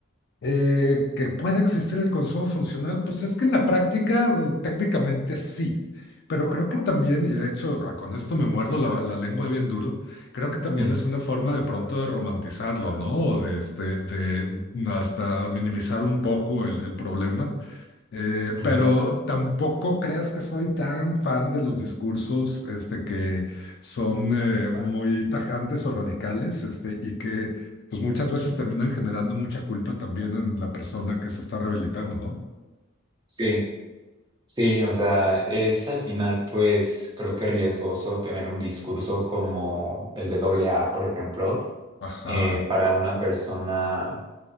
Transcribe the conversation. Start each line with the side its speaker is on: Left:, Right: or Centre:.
Left: Eh, que pueda existir el consumo funcional, pues es que en la práctica eh, técnicamente sí, pero creo que también, y de hecho ah, con esto me muerdo la, la lengua bien duro, creo que también
Right: Mm,
Left: es una forma de pronto de romantizarlo, ¿no? O de, este, de mm, hasta minimizar un poco el, el problema, eh,
Right: ujú.
Left: pero tampoco creas que soy tan fan de los discursos este, que son eh, muy tajantes o radicales este, y que pues muchas veces terminan generando mucha culpa también en la persona que se está rehabilitando, ¿no?
Right: Sí, sí, o sea, es al final, pues creo que riesgoso tener un discurso como el de doble A, por ejemplo,
Left: Ajá.
Right: eh, para una persona,